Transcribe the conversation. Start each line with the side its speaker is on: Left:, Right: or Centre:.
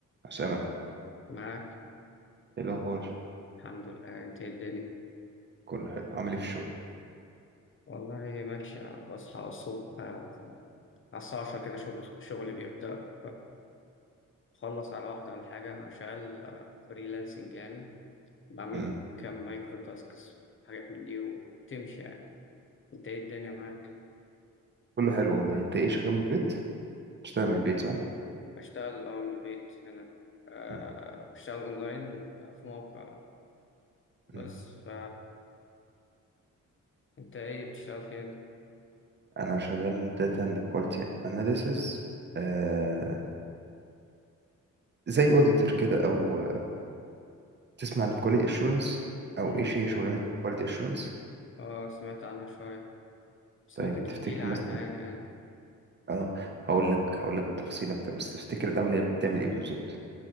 Right: أسامة
Left: معاك
Right: إيه الأخبار؟
Left: الحمد لله انت ايه الدنيا
Right: كله حلو عامل إيه في الشغل؟
Left: والله ماشية بصحى الصبح آه، على الساعة 10 كده شغل شغلي بيبدأ فخلص على واحدة ولا حاجة أنا شغال فريلانسنج يعني بعمل
Right: مم.
Left: كام مايكرو تاسكس حاجات من دي وبتمشي يعني انت ايه الدنيا معاك
Right: كله حلو والله أنت إيه شغال من البيت؟ بتشتغل من البيت صح؟
Left: بشتغل اه من البيت هنا أه
Right: مم.
Left: بشتغل اونلاين في موقع بس
Right: مم.
Left: ف انت ايه بتشتغل فين؟
Right: أنا شغال Data and Quality Analysis آه... زي أوديتور كده أو آه، تسمع عن Quality Assurance أو
Left: امم
Right: إيش هي شغلانة Quality Assurance؟
Left: اه سمعت عنها شوية بس
Right: طيب
Left: ممكن تحكي
Right: تفتكر
Left: لي عنها
Right: مثلا
Left: يعني عادي
Right: أه هقول لك هقول لك بالتفصيل أكتر بس تفتكر الأول هي بتعمل إيه بالظبط؟